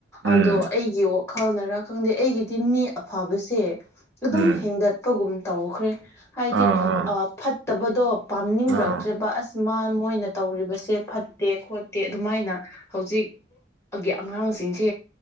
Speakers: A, on the right; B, on the left.
A: ꯎꯝ
B: ꯑꯗꯣ ꯑꯩꯒꯤ ꯈꯪꯅꯔꯥ ꯈꯪꯗꯦ ꯑꯩꯒꯤꯗꯤ ꯃꯤ ꯑꯐꯕꯁꯦ ꯑꯗꯨꯝ
A: ꯎꯝ
B: ꯍꯦꯟꯒꯠ ꯐꯠꯄꯒꯨꯝ ꯇꯧꯈ꯭ꯔꯦ ꯍꯥꯏꯗꯤ
A: ꯑꯥ
B: ꯐꯠ
A: ꯑꯥ
B: ꯐꯠꯇꯕꯗꯣ ꯄꯥꯝꯅꯤꯡꯔꯛꯇ꯭ꯔꯦꯕ
A: ꯑꯥ
B: ꯑꯁ ꯃꯥ ꯃꯣꯏꯅ ꯇꯧꯔꯤꯕꯁꯦ ꯐꯠꯇꯦ ꯈꯣꯠꯇꯦ ꯑꯗꯨꯃꯥꯏꯅ ꯍꯧꯖꯤꯛ ꯑꯉꯥꯡꯁꯤꯡꯁꯦ